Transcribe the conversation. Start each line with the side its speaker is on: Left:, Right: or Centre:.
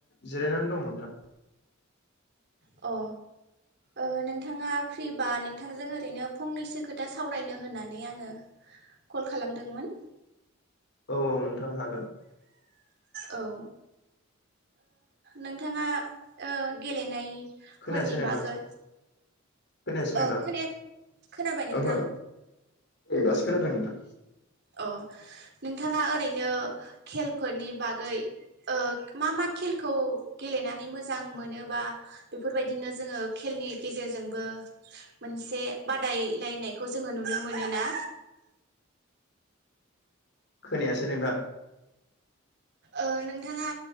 Left: जिरायनानै दं नोंथां।
Right: अ ओ नोंथाङा फ्रिबा नोंथांजों ओरैनो फंनैसो खोथा सावरायनो होननानै आङो कल खालामदोंमोन।
Left: औ औ नोंथां हागोन।
Right: औ ओ नोंथाङा ओ गेलेनाय
Left: खोनायासै
Right: फोरनि
Left: नोंथां
Right: बागै
Left: खोनायासै नोंथां
Right: ओ खोनाया खोनाबाय नोंथां
Left: ओहो दासो खोनादों नोंथां।
Right: अ नोंथाङा ओरैनो खेलफोरनि बागै ओ मा मा खेलखौ गेलेनानै मोजां मोनो बा बेफोरबायदिनो जोङो खेलनि गेजेरजोंबो मोनसे बादायलायनायखौ जोङो नुनो मोनो ना
Left: खोनायासै नोंथां
Right: ओ नोंथाङा